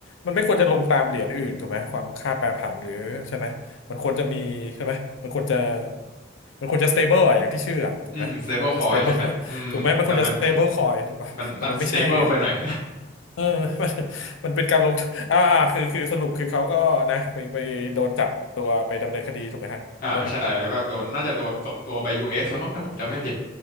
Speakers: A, on the left; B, on the left.
A: มันไม่ควรจะลงตามเหรียญอื่นถูกไหมความค่าแปรผันหรือใช่ไหมมันควรจะมีใช่ไหมมันควรจะมันควรจะ stable อะอย่างที่ชื่ออะถูกไหมควรจะ
B: อืม stable coin
A: stable
B: ใช่ไหมอืมแต่มัน
A: ถูกไหมมันควรจะ stable
B: <laughs>
A: coin ถูกปะแต่มันไม่ใช่ไง
B: มันมัน stable ไปหน่อย
A: เออ <laughs> มันมันเป็นการลงทุนอ่าอ่าคือคือสรุปคือเขาก็นะไปไปโดนจับตัวไปดำเนินคดีถูกไหมฮะใช่ไหม
B: <laughs> อ่าใช่แล้วก็โดนน่าจะโดนส่งตัวไป
A: <laughs>
B: US แล้วมั้งถ้าผมจำไม่ผิด